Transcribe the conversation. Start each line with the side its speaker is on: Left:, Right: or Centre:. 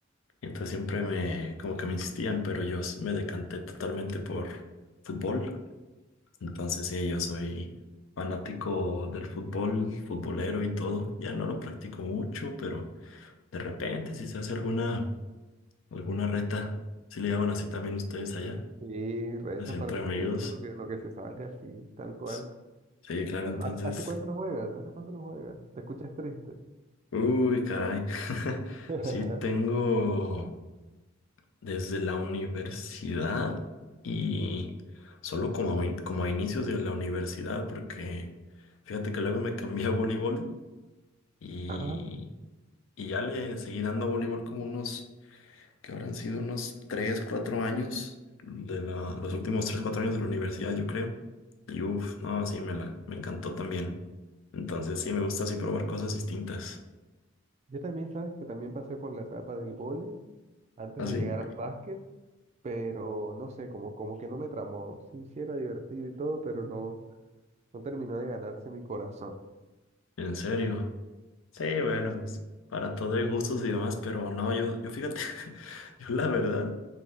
Left: Entonces siempre me, como que me insistían, pero yo s- me decanté totalmente por fútbol. Entonces sí, yo soy fanático del fútbol, futbolero y todo. Ya no lo practico mucho, pero de repente si se hace alguna, alguna reta, si le llaman así también ustedes allá,
Right: Sí, retas,
Left: así
Right: partiditos,
Left: entre amigos.
Right: lo que, lo que se salga, sí, tal cual.
Left: S- Sí, claro,
Right: Pero,
Left: entonces,
Right: ¿Hace hace cuánto no juegas? ¿Hace cuánto no juegas? ¿Te escuchas triste?
Left: uy, caray. <laughs>
Right: <laughs>
Left: Sí, tengo desde la universidad y solo como a, in- como a inicios de la universidad, porque fíjate que luego me cambié a voleibol y,
Right: Ah,
Left: y ya le seguí dando a voleibol como unos, que habrán sido unos 3 4 años, de la, los últimos 3 4 años de la universidad, yo creo. Y uff, no, sí, me, la, me encantó también. Entonces sí, me gusta así probar cosas distintas.
Right: yo también, sabes que también pasé por la etapa del vóley antes
Left: ¿Así?
Right: de llegar al básquet, pero no sé, como, como que no me tramó. Sí, sí era divertido y todo, pero no, no terminó de ganarse mi corazón.
Left: ¿En serio? Sí, bueno,
Right: Y,
Left: pues para todo hay gustos y demás, pero no, yo, yo fíjate, <laughs> yo la verdad,